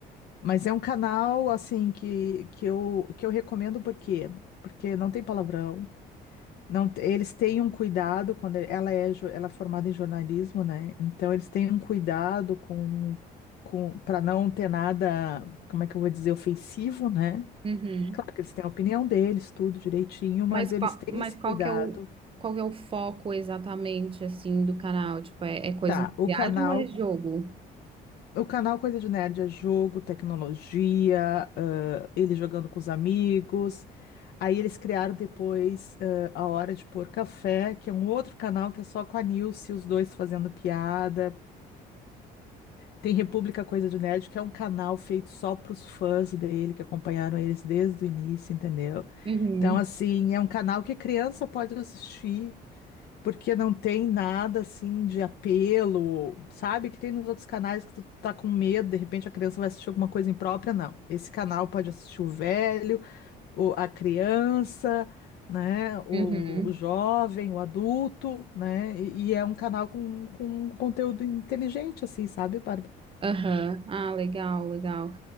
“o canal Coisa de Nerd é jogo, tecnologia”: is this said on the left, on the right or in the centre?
Left